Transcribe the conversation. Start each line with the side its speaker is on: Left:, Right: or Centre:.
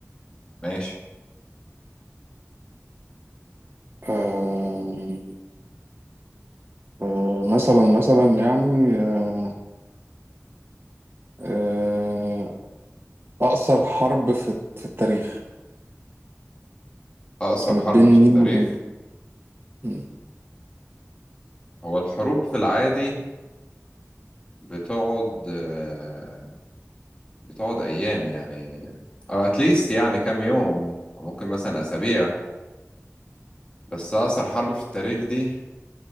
Left: ماشي
Right: آه، آه، مثلا مثلا يعني آه، آه، أقصر حرب في في التاريخ
Left: أقصر
Right: كانت
Left: حرب
Right: بين
Left: في التاريخ
Right: مين ومين مم.
Left: هو الحروب في العادي بتقعد آه، بتقعد أيام يعني أو أتليست يعني كام يوم أو ممكن مثلا أسابيع بس أقصر حرب في التاريخ دي